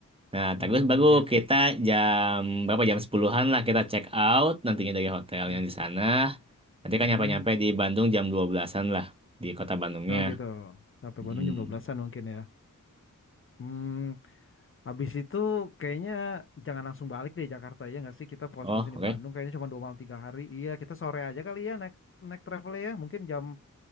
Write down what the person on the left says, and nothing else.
berendam
lagi.
Hmm.
Hmm.
Oh gitu. Sampai
Bandung jam 12-an mungkin ya. Hmm, habis itu kayaknya jangan langsung balik deh Jakarta ya nggak sih kita puas-puasin
di Bandung kayaknya cuma dua malam tiga hari. Iya, kita sore aja kali ya naik naik travel ya mungkin jam